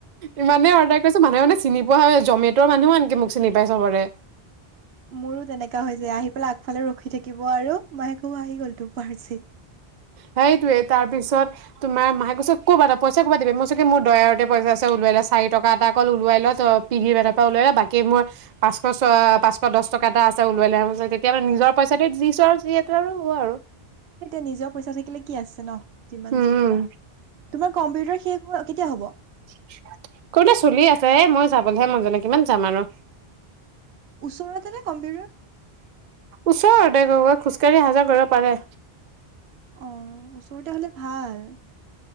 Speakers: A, on the right; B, on the right.
A: ইমানেই অৰ্ডাৰ কৰিছো মানুহে মানে চিনি পোৱা হয় জমেটৰ মানুহেও আনকি মোক চিনি পাই চবতে।
B: মোৰো তেনেকা হৈ যায় আহি পেলাই আগফালে ৰখি থাকিব আৰু মাই ক'ব আহি গ'ল তোৰ পাৰ্চেল।
A: সেইটোৱে তাৰ পিছত তোমাৰ মাই কৈছে কবা পইচা কপা দিবি মই চাগে মোৰ দয়াৰতে পইচা ওলিয়াই ল' চাৰি টকা এটা অকল ওলাই ল পিন্ধি মেলাৰ পৰাওলাই বাকী মোৰ পাঁচশ ছ পাঁচশ দচ টকা এটা আছে ওলোৱাই লৈ আহ। <unintelligible> তেতিয়াহলে নিজৰ পইচাটোৱে দি দিছো আৱ যিহেতু আৰু হ'ব আৰু।
B: সেইটোৱে নিজৰ পইচা থাকিলে কি আছে ন যিমান
A: উম
B: যি কৰা তোমাৰ কম্পিউটাৰ সেই হল কেতিয়া হ'ব
A: <unintelligible> চলি আছে। মই যাবলেহে মন যোৱা নাই, কিমান যাম আৰু।
B: ওচৰতে নে কম্পিউতাৰ?
A: ওচৰৰতে গৈ গৈ খোজকাঢ়ি অহা যোৱা কৰিব পাৰে
B: অ ওচৰতে হলে ভাল